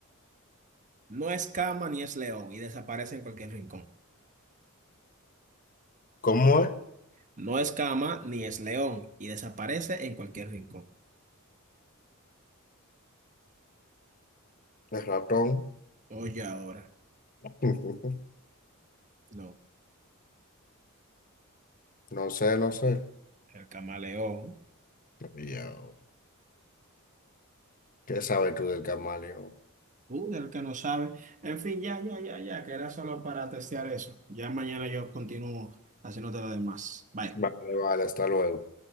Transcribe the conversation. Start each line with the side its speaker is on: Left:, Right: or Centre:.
Right: No es cama ni es león y desaparece en cualquier rincón.
Left: ¿Cómo es?
Right: No es cama ni es león y desaparece en cualquier rincón.
Left: El ratón.
Right: Oye, ahora.
Left: <laughs>
Right: No,
Left: No sé, no sé.
Right: el camaleón.
Left: Yo, ¿qué sabes tú del camaleón?
Right: Uh, el que no sabe. En fin, ya, ya, ya, ya, que era solo para testear eso. Ya mañana yo continúo haciéndote lo demás. Bye.
Left: Vale, vale, hasta luego.